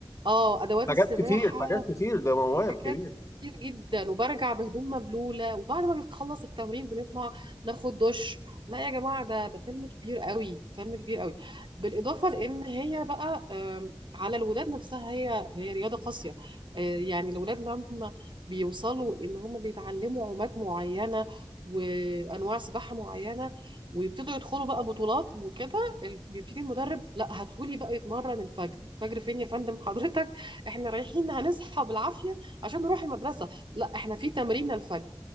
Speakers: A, on the right; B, on the left.
A: اه ادوات
B: حاجات
A: السباحة
B: كتير حاجات كتير ده موال
A: حاجات
B: كبير
A: كتير جدا وبرجع بهدوم مبلولة وبعد ما بنخلص التمرين بنطلع ناخد دش لا يا جماعة ده ده فيلم كبير قوي فيلم كبير قوي بالإضافة لأن هي بقى آم، على الولاد نفسها هي هي رياضة قاسية آه، يعني الولاد لما بيوصلوا إن هم بيتعلموا عومات معينة وأنواع سباحة معينة ويبتدوا يدخلوا بقى بطولات وكده ال- بيبتدي المدرب لا هاتهولي بقى يتمرن الفجر الفجر فين يا فندم حضرتك <laughs> احنا رايحين هنصحى بالعافية عشان نروح المدرسة لا احنا في تمرين الفجر